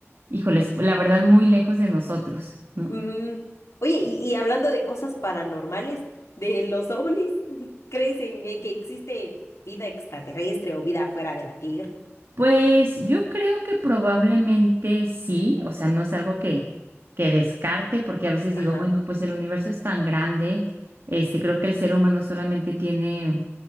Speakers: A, on the right; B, on the left.
A: híjoles, la verdad, muy lejos de nosotros, ¿no?
B: Mm. Oye, y, y hablando de cosas paranormales, de los ovnis, <laughs> ¿crees en, en que existe vida extraterrestre o vida fuera de la Tierra?
A: Pues yo creo que probablemente sí, o sea, no es algo que, que descarte, porque a veces digo,
B: Ajá.
A: bueno, pues el universo es tan grande, este, creo que el ser humano solamente tiene